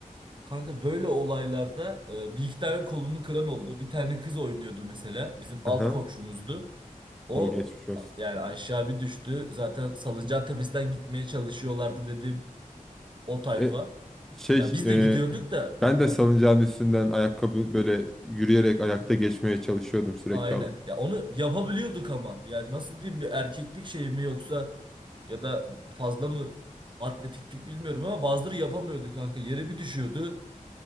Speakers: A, on the right; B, in the centre.
A: Kanka böyle olaylarda e, bir iki tane kolunu kıran oldu. Bir tane kız oynuyordu mesela. Bizim alt
B: Aha.
A: komşumuzdu. O
B: O geçmiş olsun.
A: a- yani aşağı bir düştü. Zaten salıncağın tepesinden gitmeye çalışıyorlardı dediğim o tayfa.
B: E, şey
A: Ya biz
B: e,
A: de gidiyorduk da.
B: ben de
A: Heh,
B: salıncağın üstünden ayakkabı böyle yürüyerek ayakta geçmeye çalışıyordum sürekli
A: aynen.
B: ama.
A: Ya onu yapabiliyorduk ama. Yani nasıl diyeyim bir erkeklik şey mi yoksa ya da fazla mı atletiklik bilmiyorum ama bazıları yapamıyordu kanka. Yere bir düşüyordu.